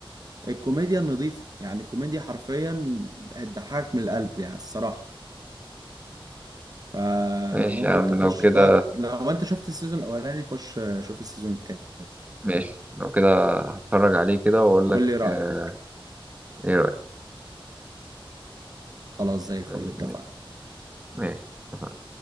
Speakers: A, on the right (about 40°); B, on the right (about 15°).
A: الكوميديا النظيفة يعني كوميديا حرفيا هتضحكك من القلب يعني الصراحة فممكن
B: ماشي يا عم
A: تخش
B: لو كده
A: تقعد لو انت شفت السيزون الاولاني خش شوف السيزون التاني
B: ماشي
A: بقى
B: لو كده هتفرج عليه كده وأقول لك
A: قول لي رأيك
B: آه، إيه رأيك
A: خلاص زي الفل
B: طيب،
A: اتفقنا
B: ماشي اتفقنا.